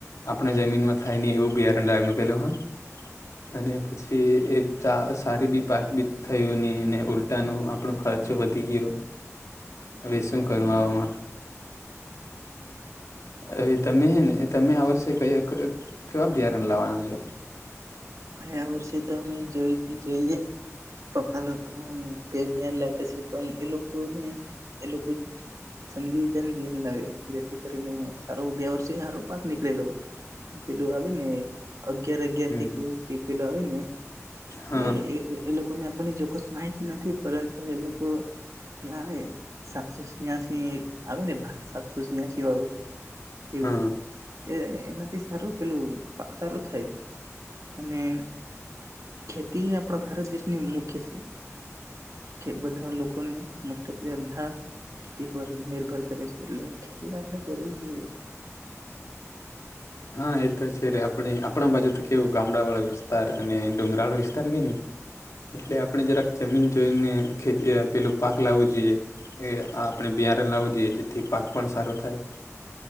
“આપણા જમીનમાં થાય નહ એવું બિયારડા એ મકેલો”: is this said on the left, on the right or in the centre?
Left